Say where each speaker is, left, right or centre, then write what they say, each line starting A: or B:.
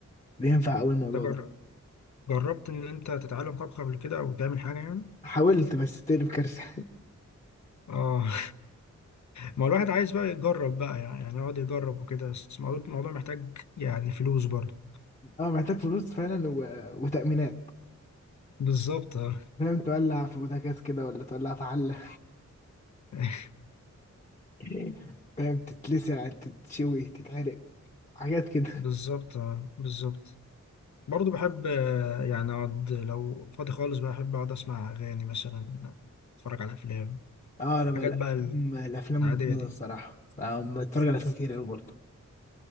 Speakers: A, on the left (about 25°); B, on the left (about 65°).
A: بينفع قوي الموضوع
B: انت جر-
A: ده
B: جربت ان انت تتعلم طبخ قبل كده او تعمل حاجه يعني
A: حاولت بس تقلب كارثه
B: اه ما هو الواحد عايز بقى يجرب بقى يعني يعني يقعد يجرب وكده بس الموضوع الموضوع محتاج يعني فلوس برضه
A: اه محتاج فلوس فعلا و... وتأمينات
B: بالظبط اه
A: فاهم تولع في بوتاجاز كده ولا تولع في حلة
B: <laughs>
A: <laughs> فاهم تتلسع تتشوي تتعرق حاجات كده
B: بالظبط آه، بالظبط برضه بحب آه، يعني اقعد لو فاضي خالص بقى احب اقعد اسمع اغاني مثلا اتفرج على افلام
A: اه انا
B: حاجات
A: بقى الافلام
B: بقى
A: الأفلام
B: العادية
A: ممتازة
B: دي
A: الصراحة أنا بتفرج على افلام كتير قوي برضه